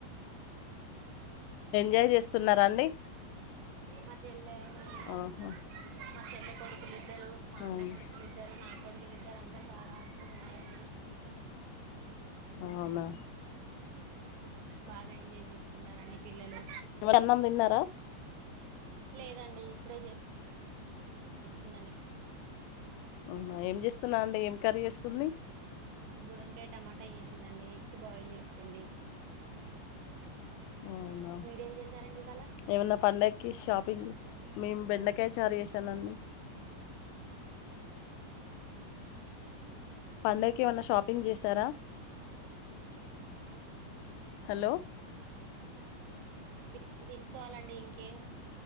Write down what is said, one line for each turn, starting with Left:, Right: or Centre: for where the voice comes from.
Left: ఎంజాయ్ జేస్తున్నారా అండి
Right: మ చెల్లే నేను
Left: ఆహా
Right: మ చెల్లె కొడుకులిద్దరు మా
Left: అవును
Right: అన్న కొడుకులిద్దారు నా కొడుకులిద్దరు ఇద్దరందరు బాగ ఆడుకుంటున్నారండి
Left: అవునా
Right: బాగా ఎంజాయ్ చేస్తున్నారండి పిల్లలు
Left: ఎవ అన్నం దిన్నారా
Right: లేదండి ఇప్పుడే చే స్తుందండి
Left: ఆహ ఏం చేస్తున్నా అండి ఏం కర్రీ చేస్తుంది
Right: బుడంకాయ టమాటా ఏసిందండి ఎగ్స్ బాయిల్ చేస్తుంది
Left: అవునా
Right: మీరేం చేశారండి ఇవాళ
Left: ఏమన్నా పండక్కి షాపింగ్ మేము్ బెండకాయ చార్ చేసానండి పండగకి ఏమన్నా షాపింగ్ చేశారా హలో
Right: పిల్లకి తీసుకోవాలండి ఇంకేం